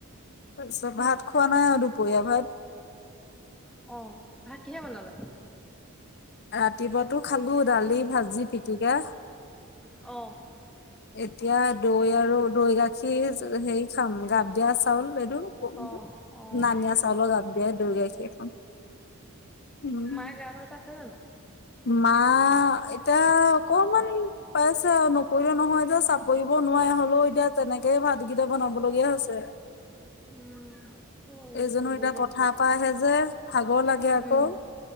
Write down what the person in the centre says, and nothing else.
কি
অ', ভাত কিহে বনালে?
অ'।
অ', অ',
মাই গা গা ভাল পাইছে জানো?
উম, হয়
কৰিবই
লাগিব
উম,